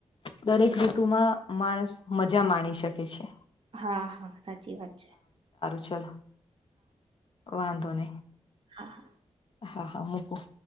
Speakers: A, on the left; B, on the right.
A: દરેક ઋતુમા માણસ મજા, માણી શકે છે.
B: હા, હા સાચી વાત છે.
A: ચાલ, વાંધો ન
B: હહા
A: હા, હા મકોું